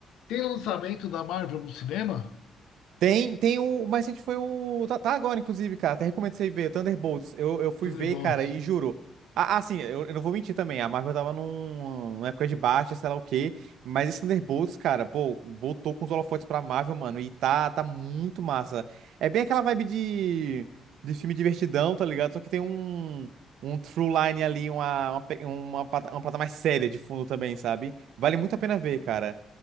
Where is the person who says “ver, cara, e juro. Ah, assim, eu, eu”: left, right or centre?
Right